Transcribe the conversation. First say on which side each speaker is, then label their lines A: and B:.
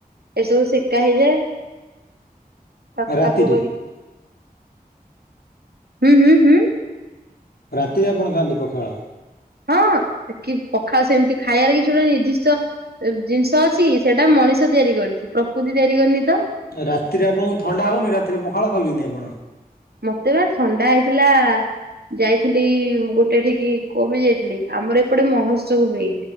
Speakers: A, on the right; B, on the left.
A: ଏସବୁ ସେକା ହେଇଯାଏ ତାକୁ
B: ରାତିରେ
A: ପାଗ କରିକି ହୁଁ ହୁଁ ହୁଁ।
B: ରାତିରେ ଆପଣ ଖାଆନ୍ତି ପଖାଳ?
A: ହଁ ଏ କି ପଖାଳ ସେମିତି ଖାଇବାରେ କିଛି ଗୋଟେ ନିର୍ଦିଷ୍ଟ ଜିନିଷ ଅଛି କିସେଟା ମଣିଷ ତିଆରି କରିଛି ପ୍ରକୃତି ତିଆରି କରିନି ତ।
B: ରାତିରେ ଆପଣଙ୍କୁ ଥଣ୍ଡା ହୋଉନି ରାତିରେ ପଖାଳ ଖାଉଛନ୍ତି ଆପଣ?
A: ମତେ ବା ଥଣ୍ଡା ହେଇଥିଲା ଯାଇଥିଲି ଗୋଟେ ଏଠିକି କଁ ପାଇଁ ଯାଇଥିଲି ଆମର ଏପଟେ ମହୋତ୍ସବ ହୁଏ।